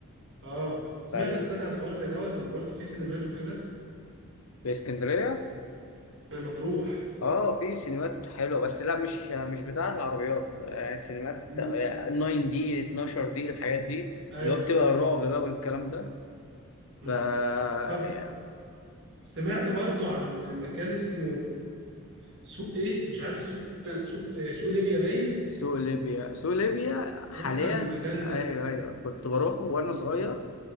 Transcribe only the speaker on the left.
فال...
في اسكندرية
اه في سينمات حلوة بس لا مش مش بتاعة العربيات آه، سينمات
9 دي 12 دي الحاجات دي
اللي هو بتبقى
الرعب بقى والكلام ده
ف آه،
سوق ليبيا سوق ليبيا
حاليا
ايوه
ايوه كنت بروح وانا
صغير